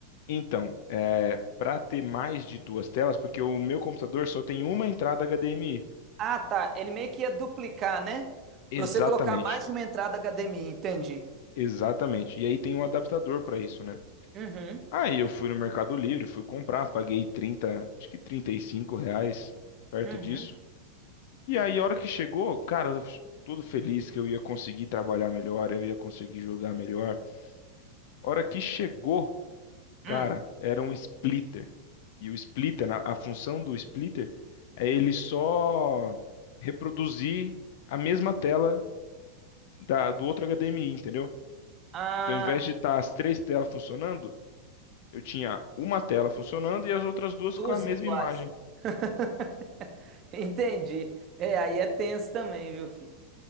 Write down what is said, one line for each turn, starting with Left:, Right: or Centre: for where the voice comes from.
Left: Então, é, para ter mais de duas telas, porque o meu computador só tem uma entrada HDMI.
Right: Ah, tá. Ele meio que ia duplicar, né?
Left: Exatamente,
Right: Pra Você colocar mais de uma entrada HDMI, entendi.
Left: exatamente. E aí tem um adaptador para isso, né?
Right: Uhum,
Left: Aí eu fui no Mercado Livre, fui comprar, paguei 30, acho que 35 reais, perto
Right: uhum.
Left: disso. E aí, a hora que chegou, cara, eu f- todo feliz que eu ia conseguir trabalhar melhor, eu ia conseguir jogar melhor. A hora que chegou,
Right: Hum.
Left: cara, era um splitter. E o splitter, na- a função do splitter é ele só reproduzir a mesma tela da, do outro HDMI, entendeu?
Right: Ah,
Left: Então, ao invés de estar as três telas funcionando, eu tinha uma tela funcionando e as outras duas
Right: Duas
Left: com a mesma
Right: iguais.
Left: imagem.
Right: <laughs> Entendi. É, aí é tenso também, viu, filho?